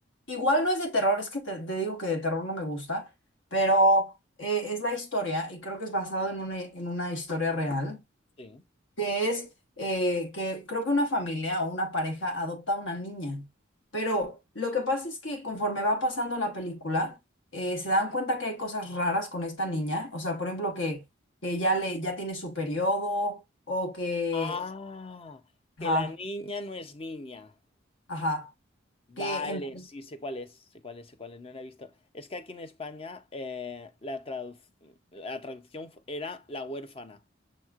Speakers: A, on the left; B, on the left.
A: igual no es de terror, es que te, te digo que de terror no me gusta, pero eh, es la historia y creo que es basado en una, en una historia real,
B: Sí.
A: que es eh, que creo que una familia o una pareja adopta a una niña, pero lo que pasa es que conforme va pasando la película, eh, se dan cuenta que hay cosas raras con esta niña, o sea, por ejemplo, que, que ya, le, ya tiene su periodo o que...
B: Ah, que
A: Ajá,
B: la niña no es niña.
A: ajá
B: Vale,
A: que en,
B: sí, sé cuál es, sé cuál es, sé cuál es, no la he visto. Es que aquí en España eh, la traduc- la traducción fu- era la huérfana.